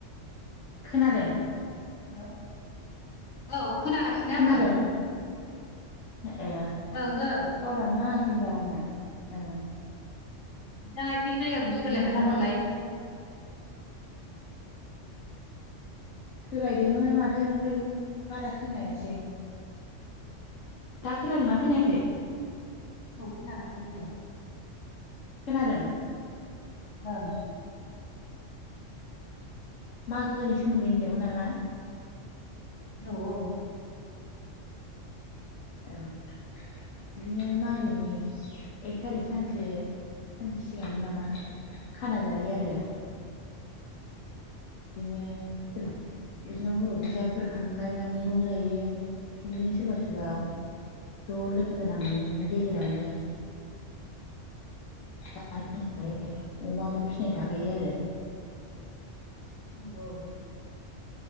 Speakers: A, on the left; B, on the left.
A: खोनादों
B: हेल' औ खोनागासिनो
A: खोनादों
B: आङो
A: ए
B: ओं ओं
A: थावरानो नाङाखै होनबा आंना‌ औ
B: नोंथाङा एसे जायगाखौ
A: बिदिनो
B: सोलायना थाथ'लाय
A: मा सोलायदोंमोन माथो ओमफाय बारा खोनायासै। दा खोना दोंना खोनायाखै।
B: औ खोनागासिनो दे।
A: खोनादों।
B: <unintelligible>
A: मागोनि सोमोन्दै होनदोंमोन नामा?
B: औ औ।
A: औ बिदिनो मागोनि एक थारिख सानसे सानसे सिगांमोन नामा खाना जायो आरो। बिदिनो <unintelligible> बिदिनो हराव' फिसाफोर खांलायनानै ज' जायो बिदिनो सोरबा सोरबा ज' लोगोनांनै इदिनो गेजेरावनो।
B: <inaudible>
A: <unintelligible> अमाफोर फिसिनाय थाखायो आरो
B: <unintelligible>